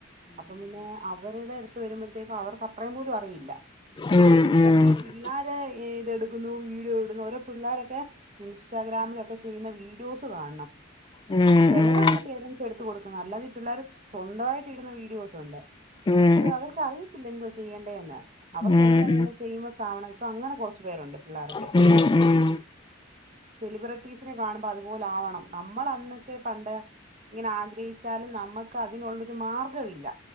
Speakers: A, on the right; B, on the left.
A: അപ്പം പിന്നെ അവ വരുടെ അടുത്ത് വരുമ്പോഴത്തേക്കും അവർക്ക് അത്രയും പോലും അറിയില്ല
B: ഉം ഉം ഉം
A: അപ്പൊ ഈ ന്നാരെ ഇതെടുക്കുന്നു വീഡിയോ ഇടുന്നു ഓരോ പിള്ളോരൊക്കെ ഇൻസ്റ്റഗ്രാമിലൊക്കെ ചെയ്യുന്ന വീഡിയോസ് കാണണം
B: ഉം
A: ചെലതുണ്ട്
B: ഉം ഉം
A: പേരൻസ് എടുത്ത് കൊടുക്കുന്നേ അല്ലാതെ പിള്ളേര് സ്വന്തമായിട്ട് ഇടുന്ന വീഡിയോക്കെ ഒണ്ട്
B: ഉം
A: അത് അവർക്ക് അറിയത്തില്ല എന്തോ ചെയ്യേണ്ടേ ന്ന് അവർക്ക്
B: ഉം ഉം
A: എങ്ങനെങ്കേലും ഫെയ്മസ് ആവണം ഇപ്പൊ അങ്ങനെ കൊറച്ചു പേരുണ്ട് പിള്ളോരൊക്കെ
B: ഉം ഉം
A: സെലിബ്രിറ്റീസിനെ കാണുമ്പോ അതുപോലാവണം നമ്മള് അന്നൊക്കെ പണ്ട് ഇങ്ങനെ ആഗ്രഹിച്ചാലും നമ്മക്ക് അതിനുള്ളൊരു മാർഗമവില്ല